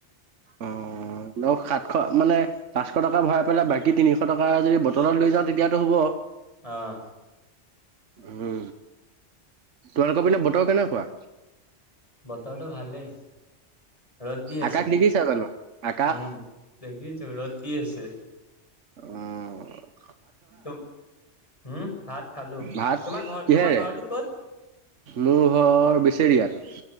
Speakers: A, on the right; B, on the left.
A: অ আৰু সাতশ মানে পাঁচশ টকা ভৰাই পেলাই বাকী তিনিশ টকা যদি বটলত লৈ যাওঁ তেতিয়াতো হ'ব।
B: অঁ।
A: উ তোমালোকৰ পিনে বতৰ কেনেকুৱা?
B: বতৰটো ভালে। ৰ'দ দি আছে।
A: আকাশ দেখিছা জানো আকাশ
B: উম দেখিছো, ৰ'দ দি আছে।
A: উম।
B: উম, ভাত খালো।
A: ভাত
B: তোমাৰ ঘৰ,
A: কিহেৰে
B: তোমাৰ ঘৰটো ক'ত?
A: মোৰ ঘৰ বেচৰিয়াত।